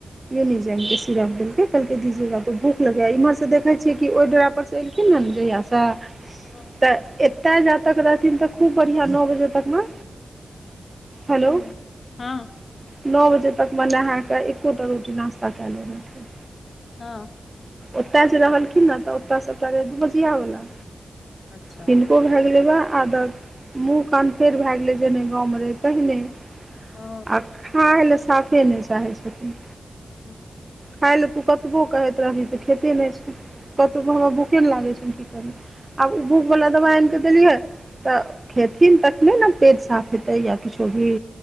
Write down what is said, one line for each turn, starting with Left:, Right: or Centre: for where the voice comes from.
Right: यूनिजाइम के सिरप देलके कहलकई दीजेगा तो भूख लगेा इमहर से देखे छिय कि ओय डेरा पर से त एलखिन जयाश त
Left: हँ
Right: तऽ एतय जा तक रहथिन तऽ खूब बढ़िआं नओ बजे तक मे हेलो
Left: हँ
Right: नओ बजे तक मने नहाँके एको टा रोटी नास्ता कए ले रहथिन
Left: हँ।
Right: ओतय जे रहलखिन ने तऽ ओतयसँटा रहे दू बजआवला।
Left: अच्छा
Right: किनको भए गेलै बा आदत। मुँह कान फेर भए गेलै जेने गाँवमे रहै तहने।
Left: ओ
Right: आ खाय लए साफे नहि चाहै छथिन।
Left: ह।
Right: खाय लए तू कतबो कहैत रहही तऽ खेते नहि छी कतो हमरा भुखे नहि लागैत छैय की करी। आब ओ भुख वाला दबा आनिकऽ देली है। तऽ खेथिन तखने ने पेट साफ हेतै या किछो भी।